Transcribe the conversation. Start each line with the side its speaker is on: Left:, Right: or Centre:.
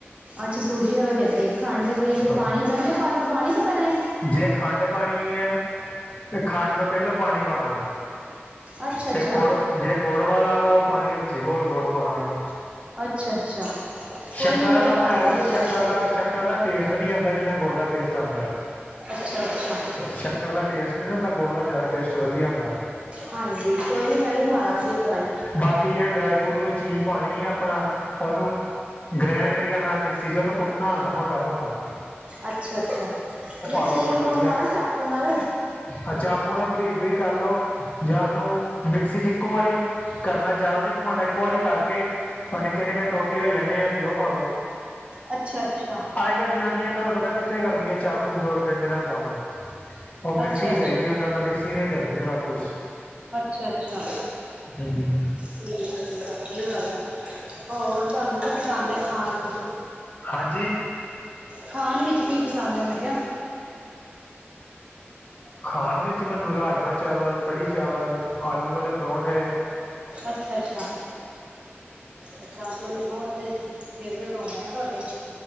Right: ਅੱਛਾ ਸੂਜੀ ਵਾਲਾ ਵੀ ਏਦਾਂ ਹੀ, ਖਾਂਡ ਵੀ ਜੇ
Left: ਹਾਂ।
Right: ਪਾਣੀ ਪੇਹਲੇ ਪਾਲੋ, ਪਾਣੀ ਤੋ ਪੇਹਲੇ?
Left: ਜੇ ਖਾਂਡ ਪਾਣੀ ਏ, ਤੇ ਖਾਂਡ ਤੋ ਪੇਹਲੋ ਪਾਣੀ ਪਾਣਾ ਵੇ।
Right: ਅੱਛਾ ਅੱਛਾ
Left: ਤੇ ਗੋੜ ਜੇ ਗੋੜ ਵਾਲਾ ਵ ਉਹ ਪਾਣੀ ਵਿੱਚੇ ਗੋਲ ਗੋੜ ਪਾਣਾ ਵਾ।
Right: ਅੱਛਾ ਅੱਛਾ ਕੋਈ
Left: ਸ਼ੱਕਰ
Right: ਨਹੀਂ ਮੈਂ
Left: ਆਲਾ
Right: ਮਾਰਾਂਗੀ
Left: ਬਣਾਏਆ ਵੀ, ਸ਼ੱਕਰ
Right: ਟਰਾਈ
Left: ਦਾ ਸ਼ ਕਰ ਦਾ ਟੇਸਟ ਨੀ ਆਂਦਾ ਜਿਨਾ ਗੁੜ ਦਾ ਟੇਸਟ ਆਂਦਾ ਹੈਗਾ।
Right: ਅੱਛਾ-ਅੱਛਾ।
Left: ਸ਼ੱਕਰ ਦਾ ਟੇਸਟ ਨਹੀ ਹੁੰਦਾ, ਗੁੜ ਦਾ ਜਆਦਾ ਟੇਸਟ ਵਧੀਆ ਹੁੰਦਾ ਵਾ।
Right: ਹਾਂਜੀ ਕੋਈ ਨੀ ਮੈਂ ਵੀ ਮਾਰਾਂਗੀ ਟਰਾਈ।
Left: ਬਾਕੀ ਜੇ ਡਰਾਏ ਫਰੂਟ ਕੋਈ ਚੀਜ ਪਾਣੀ ਏ ਆਪਣਾ ਉਹਨੂੰ ਗ੍ਰੈਂਡ ਨੀ ਕਰਨਾ ਮਿਕਸੀ ਚ ਉਹਨੂੰ ਕੁੱਟਣਾ ਆ ਮੋਟਾ-ਮੋਟਾ।
Right: ਅੱਛਾ-ਅੱਛਾ ਯਾ
Left: ਲਓ
Right: ਚੀਰ
Left: ਉੱਪਰ
Right: ਲਾਉਣ
Left: ਵਧੀਆ
Right: ਆ ਨਾ ਚਾਕੂ ਨਾਲ।
Left: ਆ ਚਾਕੂ ਨਾਲ ਬਰੀਕ-ਬਰੀਕ ਕਰ ਲੋ ਜਾਂ ਉਹਨੂੰ ਮਿਕਸੀ ਚ ਇਕੋ ਵਾਰੀ ਕਰਨਾ ਜਾਏਦਾ ਨੀ ਕਮਾਉਣਾ ਇਕੋ ਵਾਰੀ ਕਰਕੇ ਉਹ ਨਿੱਕੇ-ਨਿੱਕੇ ਟੋਟੇ ਹੋ ਜਾਣੇ ਏ ਤੇ ਉਹ ਪਾਲੋ।
Right: ਅੱਛਾ-ਅੱਛਾ।
Left: ਆਜ ਕੱਲ੍ਹ ਜਨਾਨੀਆਂ ਤੁਹਾਨੂੰ ਪਤਾ ਏ ਕਿੱਥੇ ਕਰਦੀਆਂ ਚਾਕੂ ਦੁੜ ਡੰਡੇ ਦਾ ਕੰਮ? ਉਹ ਮਿਕਸੀ
Right: ਅੱਛਾ
Left: ਚਾਹੀਦੀ ਉਹਨਾ ਦਾ ਮਿਕਸੀ ਨਾਲ ਈ ਕਰਦੀਆਂ ਸਭ ਕੁਛ।
Right: ਅੱਛਾ-ਅੱਛਾ
Left: ਹਮ,
Right: ਠੀਕ ਆ ਠੀਕ ਆ ਵਧੀਆ ਗੱਲ ਐ। ਹੋਰ ਤੁਹਾਨੂੰ ਕੀ ਪਸੰਦ ਏ ਖਾਣ ਚ?
Left: ਹਾਂਜੀ
Right: ਖਾਣ ਵਿੱਚ ਕੀ ਪਸੰਦ ਆ ਮੈ ਕੇਹਾ?
Left: ਖਾਣ ਵਿੱਚ ਮੈਨੂੰ ਰਾਜਮਾਂ ਚਾਵਲ, ਕੜੀ ਚਾਵਲ, ਆਲੂ ਵਾਲੇ ਪਰੋਠੇ।
Right: ਅੱਛਾ-ਅੱਛਾ। ਅੱਛਾ ਆਲੂ ਵਾਲੇ ਪਰੋਠੇ ਦੇ <unintelligible> ਫੇਵਰੇਟ ਹੋਣੇ ਆ ਨਾ ਤੁਹਾਡੇ?